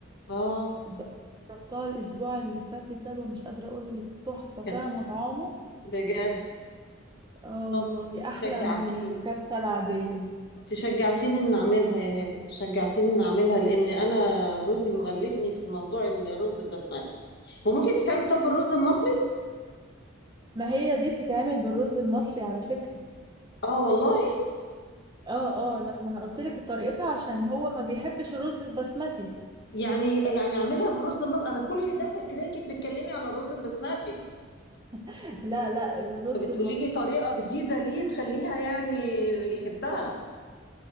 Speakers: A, on the left; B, on the right.
A: اه
B: د- جربتها الأسبوع اللي فات يا سلوى مش قادرة أقول لك تحفة طعم
A: كانت
B: طعامه
A: بجد
B: اه
A: طب
B: والله
A: انت
B: أحلى
A: شجعتيني
B: من الكبسة العادية
A: انت شجعتيني ان اعملها يا هبه شجعتيني ان اعملها لان انا جوزي مغلبني في موضوع الرز البسمتي وممكن تتعمل طب الرز المصري
B: ما هي دي بتتعمل بالرز المصري على فكرة
A: اه والله
B: اه اه لا ما انا قلت لك طريقتها عشان هو ما بيحبش الرز البسمتي
A: يعني يعني اعملها بالرز المصري انا كل ده فاكراكي بتتكلمي على الرز البسمتي
B: <laughs> لا لا الرز
A: فبتقولي
B: المصري
A: لي طريقة جديدة ليه تخليها يعني يحبها